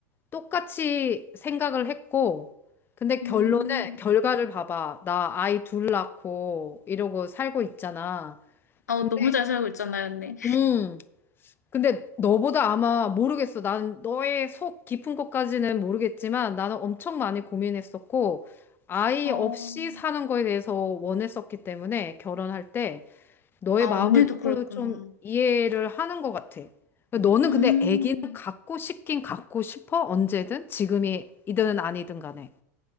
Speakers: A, on the left (about 25°); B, on the left (about 90°).
A: 똑같이 생각을 했고, 근데
B: 음.
A: 결론은, 결과를 봐봐. 나 아이 둘 낳고, 이러고 살고 있잖아.
B: 아,
A: 근데,
B: 너무 잘 살고 있잖아요, 언니.
A: 음, 근데 너보다 아마 모르겠어. 난 너의 속 깊은 것까지는 모르겠지만, 나는 엄청 많이 고민했었고, 아이
B: 어.
A: 없이 사는 거에 대해서 원했었기 때문에, 결혼할 때, 너의
B: 아,
A: 마음을
B: 언니도
A: 너무
B: 그랬구나.
A: 좀 이해를 하는 것 같아. 그러니까 너는
B: 음.
A: 근데 아기는 갖고 싶긴 갖고 싶어? 언제든? 지금이든 아니든 간에.